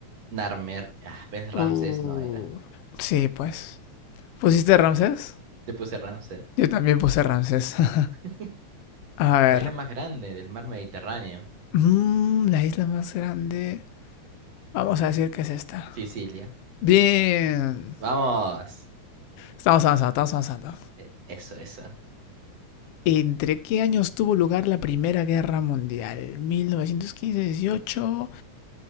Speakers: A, on the right (about 55°); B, on the left (about 65°).
A: Narmer. Ah, pues Ramsés
B: Uh,
A: no era.
B: sí, pues. ¿Pusiste Ramsés?
A: Te puse Ramsés.
B: Yo también puse Ramsés. <laughs>
A: <laughs>
B: A ver.
A: La isla más grande del mar Mediterráneo.
B: mm, la isla más grande. Vamos a decir que es esta.
A: Sicilia.
B: Bien.
A: Vamos.
B: Estamos avanzando, estamos avanzando.
A: E- Eso, eso.
B: ¿Entre qué años tuvo lugar la Primera Guerra Mundial? 1915-18.